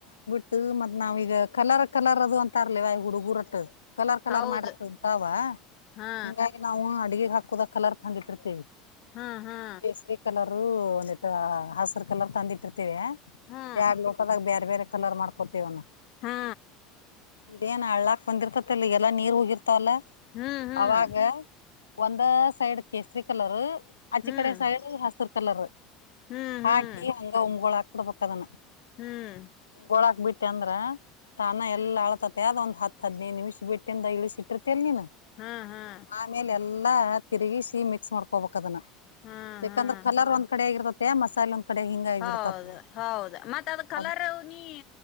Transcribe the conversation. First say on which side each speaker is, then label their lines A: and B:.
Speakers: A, on the left; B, on the left.
A: ಮತ್ ನಾವೀಗ ಕಲರ್ ಕಲರ್ ಅದು ಅಂತ ಅರ್ಲಿವ ಹುಡುಗುರಟ್ಟ ಕಲರ್ ಕಲರ್
B: ಹೌದು
A: ಮಾಡ್ರಿ ಉಂತಾವ
B: ಹಾ
A: ಹಿಂಗಾಗಿ ನಾವು ಅಡ್ಗೆಗ್ ಹಾಕುದಕ್ ಕಲರ್ ತಂದತಿರ್ತೇವಿ
B: ಹಾ ಹಾ
A: ಕೇಸರಿ ಕಲರು ಒಂದಿಟ್ಟ ಹಸರು ಕಲರ್ ತಂದಿಟ್ಟಿ ವ
B: ಹಾ
A: ಎರಡ್ ಲೋಕದಾಗ ಬೇರೆ ಬೇರೆ ಕಲರ್ ಮಾಡ್ಕೋತೇವನ್ನ
B: ಹಾ
A: ಇದೇನ್ ಹಳ್ಳಾಕ್ ಬಂದಿರ್ತತಿಲ್ಲಿ ಎಲ್ಲಾ ನೀರ್ ಹಗಿರ್ತಲ್ಲ
B: ಹ್ಮ್ ಹ್ಮ್
A: ಅವಾಗ ಒಂದ ಸೈಡ್ ಕೇಸರಿ ಕಲರು
B: ಹ್ಮ್
A: ಈ ಕಡೆ ಸೈಡ್ ಹಸಿರ್ ಕಲರ್
B: ಹ್ಮ್
A: ಹಾಕಿ
B: ಹ್ಮ್
A: ಹಂಗ ಉಂಗ್ಗಳು ಹಾಕ್ ಬಿಡ್ಬದನ
B: ಹ್ಮ್
A: ಬಳಕ್ ಬಿಟ್ಟ ಅಂದ್ರ ತಾನ ಎಲ್ಲ ಅಳ್ತತಿ ಅದ ಒಂದ ಹತ್ ಹದಿನೈದು ನಿಮಿಷ ಬಿಟ್ಟಿಂದ ಇಳಿಸಿ ಇಟ್ಟಿರ್ ತಲ್ನಿನ
B: ಹಾ ಹಾ
A: ಆಮೇಲೆ ಎಲ್ಲಾ ತಿರುಗಿಸಿ ಮಿಕ್ಸ್ ಮಾಡ್ಕೊಬೇಕ ಅದನ್ನ
B: ಹಾ
A: ಯಾಕಂದ್ರೆ
B: ಹಾ
A: ಕಲರ್ ಒಂದ್ ಕಡೆ ಆಗಿರತತ್ತೆ ಮಸಾಲೆ ಕಡೆ ಹಿಂಗ ಆಗಿಬಿಡ್ತತ್
B: ಹೌದು ಹೌದು ಮತ್ತ ಅದ ಕಲರ್
A: ಅದ್
B: ನೀ